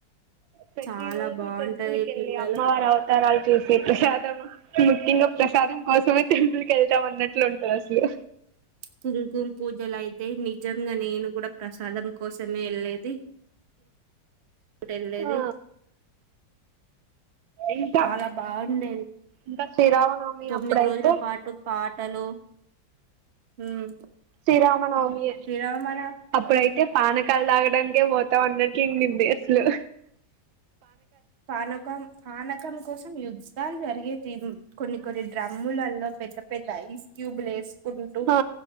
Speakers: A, on the right; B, on the right.
A: ప్రతి
B: చాలా
A: రోజు
B: బాగుంటది
A: టెంపుల్ కెళ్ళి
B: పిల్లలు
A: అమ్మవారి అవతారాలు చేసే ప్రసాదం ముఖ్యంగా ప్రసాదం కోసమే తి కెళ్తాం అన్నట్లు ఉంటది అసలు
B: తుల్కుమ్ పూజలైతే నిజంగా నేేను గూడా ప్రసాదం కోసమే యెళ్ళెది ఇప్పుడు యెళ్ళెది
A: ఆ ఇంకా
B: చాలా బాగుండేది.
A: ఇంకా శ్రీరామనవమి
B: తొమ్మిది
A: అప్పుడైతే
B: రోజుల పాటు పాటలు ఉమ్
A: శ్రీరామనవమి
B: శ్రీరామణ
A: అప్పుడైతే పానకాలు తాగడానికే పోతా అన్నట్లు ఇన్ని బేస్లు
B: పానకం పానకం కోసం యుద్ధాలు జరిగేది కొన్ని కొన్ని డ్రమ్ములలో పెద్ద పెద్ద ఐస్ క్యూబ్లు యేసుకుంటూ
A: ఆ